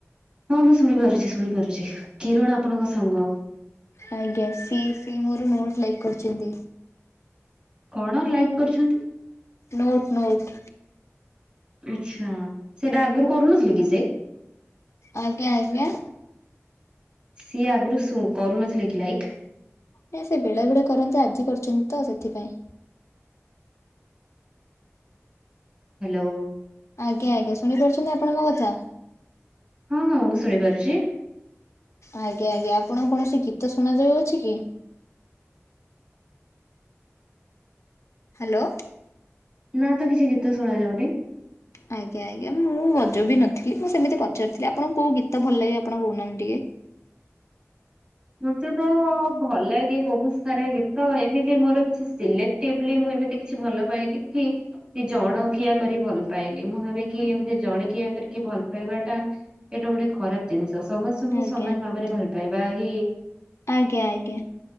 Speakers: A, on the right; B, on the left.
A: ହଁ ମୁଁ ଶୁଣିପାରୁଛି ଶୁଣିପାରୁଛି କିରଣ ଆପଣଙ୍କ ସାଙ୍ଗ।
B: ଆଜ୍ଞା ସିଏ ସି ମୋର ନୋଟ ଲାଇକ୍ କରୁଛନ୍ତି।
A: କଣ ଲାଇକ୍ କରିଛନ୍ତି?
B: Note note.
A: ଆଛା ସେଇଟା ଆଗରୁ କରୁନଥିଲେ କି ସେ?
B: ଆଜ୍ଞା ଆଜ୍ଞା?
A: ସିଏ ଆଗରୁ କରୁନଥିଲେ କି ଲାଇକ୍?
B: ନାଇଁ ସେ ବେଳେ ବେଳେ କରନ୍ତି ଆଜି କରିଛନ୍ତି ତ ସେଥିପାଇଁ।
A: ହ୍ୟାଲୋ।
B: ଆଜ୍ଞା ଆଜ୍ଞା ଶୁଣିପାରୁଛନ୍ତି ଆପଣ ମୋ କଥା?
A: ହଁ ହଁ ମୁଁ ଶୁଣିପାରୁଛି।
B: ଆଜ୍ଞା ଆଜ୍ଞା ଆପଣଙ୍କୁ କୌଣସି ଗୀତ ଶୁଣାଯାଉଅଛି କି? ହ୍ୟାଲୋ।
A: ନା ତ କିଛି ଗୀତ ଶୁଣା ଯାଉନି।
B: ଆଜ୍ଞା ଆଜ୍ଞା ମୁଁ ବଜୋଉ ବି ନଥିଲି ମୁଁ ସେମିତି ପଚାରୁଥିଲି ଆପଣଙ୍କୁ କେଉଁ ଗୀତ ଭଲ ଲାଗେ ଆପଣ କହୁନାହାନ୍ତି ଟିକେ?
A: ମତେ ତ ଭଲାଗେ ବହୁତ ସାରା ଗୀତ ଏମିତି ମୋର କିଛି ସିଲେକ୍ ମୁଁ ଏମିତି କିଛି ଭଲ ପାଇଏନି କି ସେ ଜଣ କିିଆ କରି ଭଲ ପାଏନି ମୁଁ ଭାବିକି ଏମତି ଜଣେ କିିଆ କରିକି ଭଲ ପାଇବା ଟା ଏଇଟା ଗୋଟେ ଖରାପ ଜିନିଷ ସମସ୍ତଙ୍କୁ
B: ଟିକେ? ଆଜ୍ଞା
A: ସମାନ ଭାବରେ ଭଲ ପାବା ହଇ
B: ଆଜ୍ଞା ଆଜ୍ଞା